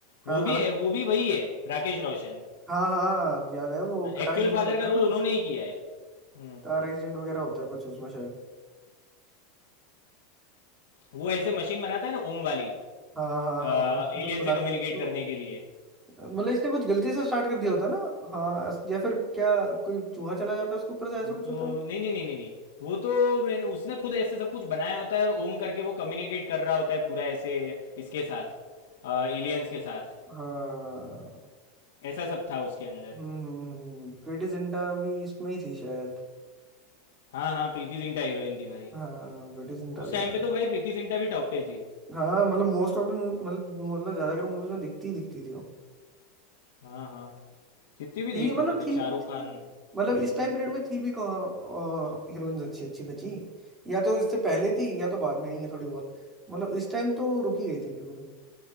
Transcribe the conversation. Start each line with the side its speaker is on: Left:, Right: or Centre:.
Right: हाँ
Left: वो
Right: हाँ
Left: भी है वो भी वही है राकेश रोशन
Right: हाँ हाँ याद है वो कार
Left: एक्चुअल
Right: एक्सीडेंट
Left: फादर
Right: होता
Left: का
Right: है ना
Left: रोल
Right: कुछ
Left: उन्होंने ही किया है हम्म
Right: कार एक्सीडेंट वगैरह होता है कुछ उसमें शायद
Left: वो ऐसे मशीन बनाता है ना ओम वाली
Right: हाँ हाँ
Left: एलियन
Right: हाँ उसमें फिर बुलाते
Left: से कम्युनिकेट
Right: हैं जिसको
Left: करने के लिए
Right: मतलब इसने कुछ गलती से स्टार्ट कर दिया होता है ना हाँ अस- या फिर क्या कोई चूहा चला जाता है उसके ऊपर से ऐसा
Left: वो
Right: कुछ
Left: तो
Right: होता है
Left: नहीं नहीं नहीं नहीं नहीं वो तो मैंने उसने खुद ऐसे सब कुछ बनाया होता है और ओम करके वो कम्युनिकेट कर रहा होता है पूरा ऐसे इसके साथ एलियंस के साथ
Right: हाँ
Left: ऐसा सब था उसके अंदर
Right: हम्म हम्म हम्म, प्रीति जिंटा भी इसमें ही थी शायद
Left: हाँ हाँ प्रीति जिंटा हीरोइन थी भाई
Right: हाँ ब्रिटिश सेंटा
Left: उस
Right: भी
Left: टाइम
Right: यार
Left: पे तो भाई प्रीति जिंटा भी टॉप पे थी
Right: हाँ मतलब मोस्ट ऑफ द मतलब मतलब ज्यादातर मूवीज में दिखती ही दिखती थी वो
Left: हाँ हाँ जितनी भी
Right: थी
Left: देख
Right: मतलब
Left: लो मतलब
Right: थी
Left: शाहरुख
Right: थी
Left: खान
Right: मतलब
Left: हम्म
Right: इस टाइम पीरियड में थी भी कहाँ हीरोइंस अच्छी अच्छी बची या तो इससे पहले थी या तो बाद में आई है थोड़ी बहुत मतलब इस टाइम तो रुकी गई थी बिल्कुल